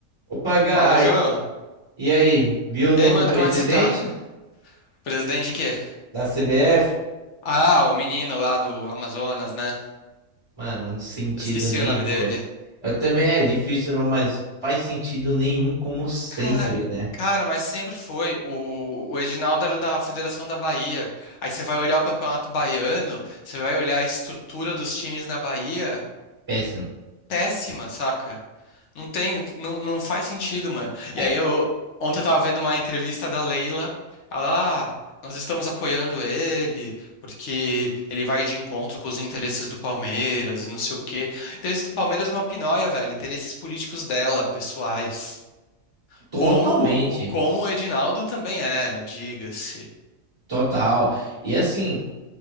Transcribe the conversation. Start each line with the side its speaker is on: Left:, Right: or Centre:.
Right: Opa, Gai,
Left: Fala, João.
Right: e aí? Viu o novo
Left: E aí, mano,
Right: presidente
Left: como é que você tá? Presidente de quê?
Right: da CBF?
Left: Ah, o menino lá do Amazonas, né?
Right: Mano, não sentido
Left: Eu esqueci
Right: nenhum.
Left: o nome dele.
Right: velho. Eu também é difícil, não, mas faz sentido nenhum, como sempre,
Left: Cara,
Right: né?
Left: cara, mas sempre foi. O, o Edinaldo era da Federação da Bahia. Aí você vai olhar o Campeonato Baiano, você vai olhar a estrutura dos times na Bahia.
Right: Péssimo.
Left: péssima, saca? Não tem, não, não faz sentido, mano.
Right: É
Left: E aí
Right: que-
Left: eu ontem eu tava vendo uma entrevista da Leila, ela, ah, nós estamos apoiando ele porque ele vai de encontro com os interesses do Palmeiras e não sei o quê. Interesses do Palmeiras é uma pinóia, velho, interesses políticos dela, pessoais.
Right: totalmente,
Left: Como o- como o Edinaldo também era, diga-se.
Right: total. E assim,